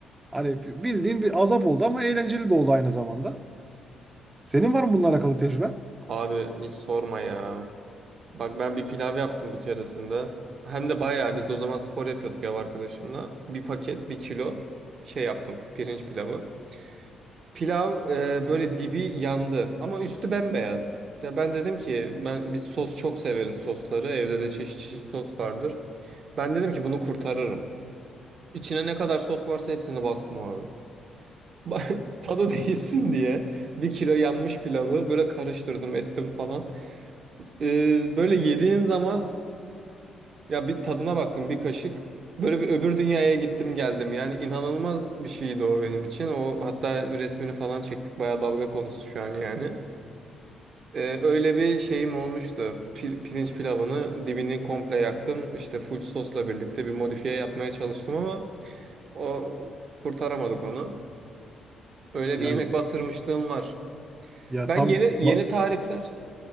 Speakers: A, on the right; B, on the right.
A: Hani bildiğin bir azap oldu ama eğlenceli de oldu aynı zamanda. Senin var mı bununla alakalı tecrüben?
B: Abi sorma ya. Bak ben bir pilav yaptım bir keresinde. Hem de bayağı biz o zaman spor yapıyorduk ev arkadaşımla. Bir paket, bir kilo şey yaptım. Pirinç pilavı. Pilav e, böyle dibi yandı ama üstü bembeyaz. Ya ben dedim ki ben biz sos çok severiz sosları. Evde de çeşit çeşit sos vardır. Ben dedim ki bunu kurtarırım. İçine ne kadar sos varsa hepsini bastım abi. Ba- <laughs> Tadı değişsin diye bir kilo yanmış pilavı böyle karıştırdım ettim falan. E, böyle yediğin zaman ya bir tadına baktım bir kaşık. Böyle bir öbür dünyaya gittim geldim. Yani inanılmaz bir şeydi o benim için. O hatta resmini falan çektik. Bayağı dalga konusu şu an yani. Ee, öyle bir şeyim olmuştu. Pir- pirinç pilavını dibini komple yaktım. İşte full sosla birlikte bir modifiye yapmaya çalıştım ama o kurtaramadık onu. Öyle
A: Yani
B: bir yemek batırmışlığım var.
A: ya
B: Ben
A: tam
B: yeni
A: ba-
B: yeni tarifler,